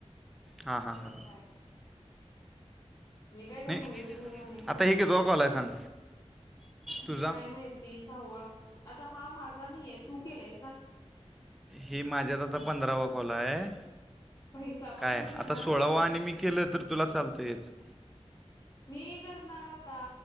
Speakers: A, in the centre; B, on the left.
A: हां हां
B: अाच
A: हां
B: आहे मी काय त्या
A: नाही
B: मयुरी त्यांना नाही करणार
A: आता हे
B: बाबा
A: के तो कॉल आहे सांग तुझा
B: मा सहवा आता हा माझा नाहीय तू केलाय
A: हि माझ्यात आता पंधरावा कॉल आहे
B: हिसाबात
A: काय
B: मी करणार
A: आता सोळा
B: हा परत
A: वा आणि मी केलं तर तुला चालतंयच
B: मी करणार आता